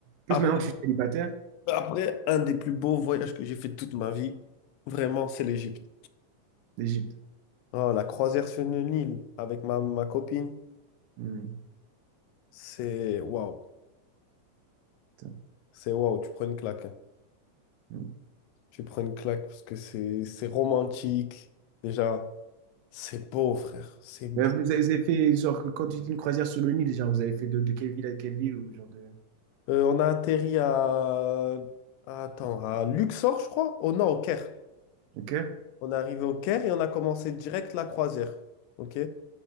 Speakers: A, on the right; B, on the left.
A: plus
B: Après,
A: maintenant que je suis célibataire,
B: après, un des plus beaux voyages que j'ai fait de toute ma vie, vraiment, c'est l'Égypte.
A: l'Égypte.
B: Oh, la croisière sur le Nil avec ma, ma copine,
A: Mhm.
B: c'est waouh,
A: Putain.
B: c'est waouh, tu prends une claque. hein.
A: Mhm.
B: Tu prends une claque parce que c'est c'est romantique. Déjà, c'est beau, frère. C'est beau.
A: Mais Vous avez vous avez fait, genre, quand tu dis une croisière sur le Nil, genre, vous avez fait de, de quelle ville à quelle ville ou genre de...
B: Euh, on a atterri à... à- Attends, à Luxor, je crois? Oh non, au Caire.
A: Ok?
B: On est arrivé au Caire et on a commencé direct la croisière. OK?